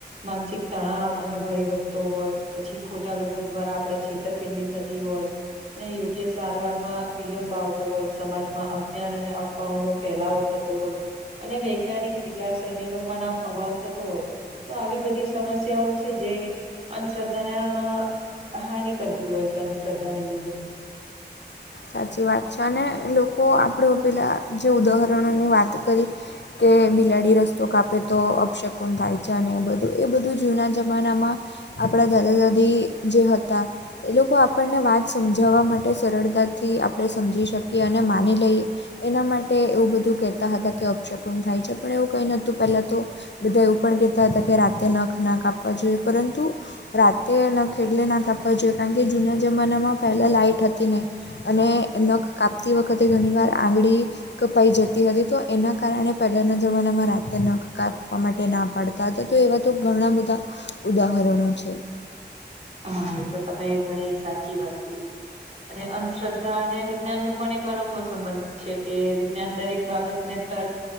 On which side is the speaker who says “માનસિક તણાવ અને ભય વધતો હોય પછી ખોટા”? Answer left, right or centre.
Right